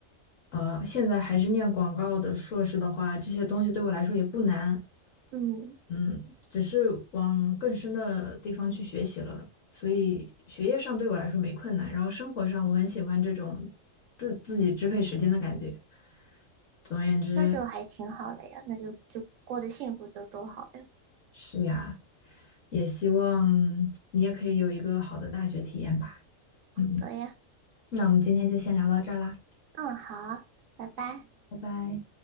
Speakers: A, on the left (about 70°); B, on the right (about 75°).
A: 呃，现在还是念广告的硕士的话，这些东西对我来说也不难。
B: 嗯，
A: 嗯，只是往更深的地方去学习了，所以学业上对我来说没困难，然后生活上我很喜欢这种自自己支配时间的感觉。总而言之，
B: 那就还挺好的呀，那就就过得幸福就多好呀。
A: 是呀，也希望你也可以有一个好的大学体验吧。嗯，
B: 对呀，
A: 那我们今天就先聊到这儿啦，
B: 嗯，好，拜拜。
A: 拜拜。